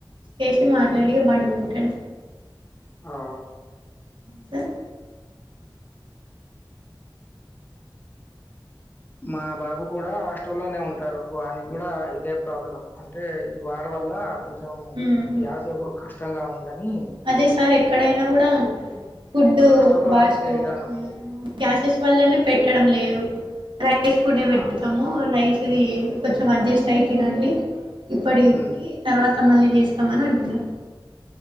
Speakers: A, on the right; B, on the left.
A: చేసి మాట్లాడి ఇగ బండుకుంటను
B: ఆ
A: సర్
B: మా బాబు కూడా హాస్టల్లోనే ఉంటారు వానికి కూడా ఇదే ప్రాబ్లం అంటే ఈ వారి వల్ల కొంచెం
A: హ్మ్.
B: గ్యాస్ ఒకుడు కష్టంగా ఉందని
A: అదే సార్ ఎక్కడైనా కూడా ఫుడ్డు
B: హాస్టల్‌లో
A: బా స్టవ్
B: ఇదే విధానం.
A: <inaudible> గ్యాసెస్ వల్లనే పెట్టడం లేదు రైస్ ఫుడ్ పెట్టతాము
B: ఆ!
A: రైస్ ఇదీ కొంచెం అడ్జెస్ట్ అయి తినండి ఇప్పడికి
B: హ్మ్.
A: తర్వాత త మళ్ళి చేస్తామని అంటున్నారు